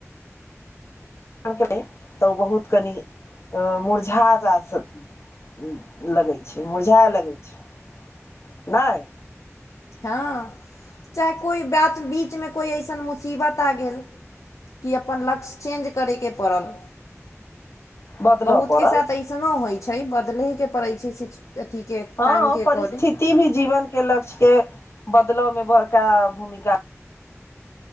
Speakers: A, on the left; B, on the left.
A: <unintelligible> तऽ ओ बहुत कनि मुरझा <unintelligible> लगै छैय मुरझाइ लगै छैय नाय
B: हाँ चाहे कोइ बात बीचमे कोइ अइसन मुसीबत आ गेल कि अपन लक्ष्य चेन्ज करैके पड़ल
A: बदलऽ
B: बहुत
A: पड़ल
B: के साथ ऐसनो होइ छैय बदलहेके पड़ै छैय स अथीके
A: हाँ
B: टाइमके अकॉर्डिंग
A: परिस्थिति भी जीवन के लक्ष्य के बदल मे बड़का भूमिका